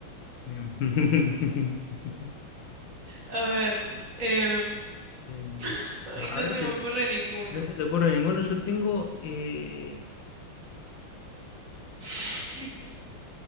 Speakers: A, on the left; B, on the right.
A: em, <laughs>
B: A ver. em,
A: em,
B: <laughs> Ay,
A: a
B: no
A: ver,
B: se
A: te-
B: me ocurre ninguno.
A: no se te ocurre ninguno. Yo tengo, eh,
B: <laughs>